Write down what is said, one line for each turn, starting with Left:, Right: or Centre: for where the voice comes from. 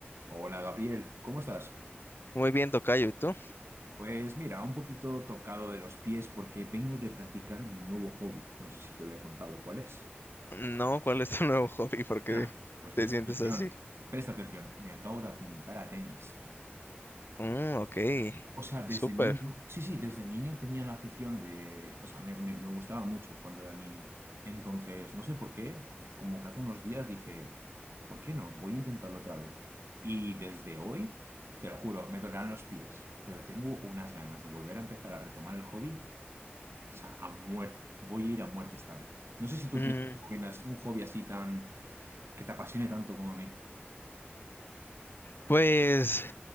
Right: Hola Gabriel, ¿cómo estás?
Left: Muy bien, tocayo, ¿y tú?
Right: Pues mira, un poquito tocado de los pies porque vengo de practicar mi nuevo hobby. No sé si te lo he contado cuál es.
Left: No, ¿cuál es tu <laughs> nuevo hobby? ¿Por qué
Right: No. Pues presta
Left: te sientes
Right: atención,
Left: así?
Right: presta atención, me acabo de apuntar a tenis.
Left: Mm, ok,
Right: O sea, desde
Left: súper.
Right: niño, sí, sí, desde niño tenía la afición de, o sea, me, me- me gustaba mucho cuando era niño. Entonces, no sé por qué, como que hace unos días dije, ¿por qué no? Voy a intentarlo otra vez. Y desde hoy, te lo juro, me dolerán los pies, pero tengo unas ganas de volver a empezar a retomar el hobby, o sea, a muerte. Voy a ir a muerte esta vez. No sé si tú
Left: Mm,
Right: tienes un hobby, un hobby así tan, que te apasione tanto como a mí.
Left: pues,